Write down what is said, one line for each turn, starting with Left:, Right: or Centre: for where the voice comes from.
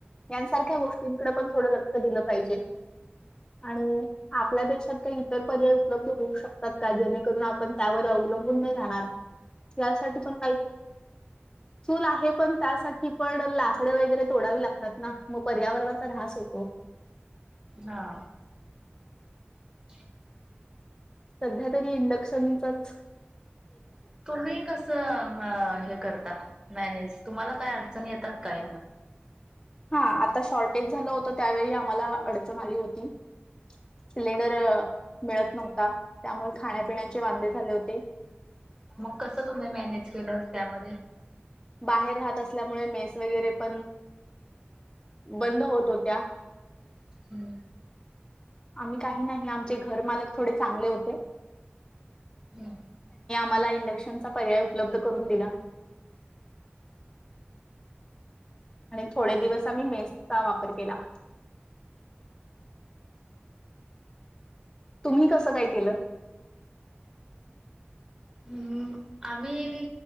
Left: ਗ <unintelligible> ਥੋੜਾ ਲ ਪਾੇ ਆ ਆਪਣੇ ਦੇਸ਼ਤ ਕਈ ਇਤਰ ਪਰਿਆਏ ਉਪਲਬਧ ਹੋ ਸ਼ਕਤ ਕ ਜੇੇ ਕਰ ਆਪਾਂ ਅਵਲਬਨ ਨਹੀਂ ਰਹਿਣਾ ਯ ਸਾ ਪ ਕਈ ਚੂਲ ਹੈ ਪ ਸਾ ਪ ਲਕੜ ਵਗੈਰੇ ਤੋੜਾ ਵੀ ਲਗਤ ਨਾ ਮ ਪਰਿਆਵਰਣਾ ਚ ਢਸ ਹੋਤੋ
Right: ਹਾਂ <unintelligible>
Left: ਸਧਿਆ ਤਰੀ ਇੰਡਕਸ਼ਨ ਚ
Right: ਤ ਕਸ ਅ ਕਰਤਾ ਮੈਨੇਜ ਤਮ ਕਈ ਅੜਚਣ ਯਤ ਕ <unintelligible>
Left: ਹਾਂ ।ਆ ਸ਼ੋਰਟੇਜਲ ਹੋਤ ਤਾਂ ਵ ਆਮ ਅੜਚਣ ਆਲੀ ਹੋਤੀ ਸਿਲਿੰਡਰ ਮਿਲਤ ਨਵਤਾ ਮੁ ਖਾਣੇ -ਪੀਣ ਚ ਬਾਂਦੇੇਲੇ ਹੋਦੇ।
Right: ਮਗ ਕਸ ਤੁੇ ਮੈਨੇਜ ਕੇਲ ਮ
Left: ਬਾਹਰ ਰਤ ਅਿਆ ਮੁ ਮੇਸ ਵਗੈਰੇ ਪ ਬੰਦ ਹੋਤ- ਹੋਤ
Right: ਹਮ,
Left: ਆ ਕਹੀ ਨਹੀਂ ਆਮ ਘਰ ਮਲਕ ਥੋੜੇ ਚਾਂਗਲੇ ਹੋਤੇ <unintelligible>
Right: ਹਮ।
Left: ਮ ਇੰਡਕਸ਼ਨ ਪਰਿਆ ਉਪਲਬਧ ਕਰ ਦਿਲਾ। ਥੋੜੇ ਦਿਵਸ ਆ ਮੇਸ ਦਾ ਵਪਰ ਕੇਲਾ ਤੁਮਂ ਕਸ ਕਈ ਕੇਲ
Right: ਹਮ ਆ